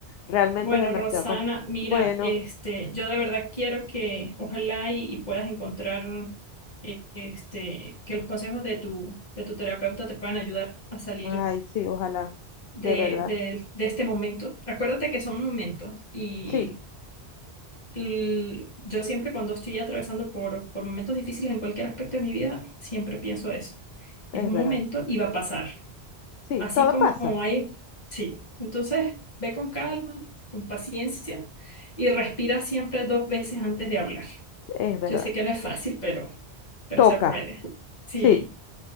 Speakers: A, on the left; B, on the left.
A: Realmente
B: Bueno,
A: es demasiado
B: Rosana,
A: complicado.
B: mira,
A: Bueno,
B: este, yo de verdad quiero que ojalá y, y puedas encontrar eh, este, que los consejos de tu, de tu terapeuta te puedan ayudar a salir
A: ay, sí, ojalá,
B: de,
A: de verdad.
B: de de este momento. Acuérdate que son momentos y
A: Sí,
B: l- yo siempre cuando estoy atravesando por, por momentos difíciles en cualquier aspecto de mi vida, siempre pienso eso.
A: es
B: Es un
A: verdad.
B: momento y va a pasar.
A: Sí,
B: Así
A: todo
B: como
A: pasa.
B: hay, sí. Entonces, ve con calma, con paciencia y respira siempre dos veces antes de hablar.
A: Es verdad.
B: Yo sé que no es fácil, pero, pero
A: Toca.
B: se puede. Sí.
A: Sí.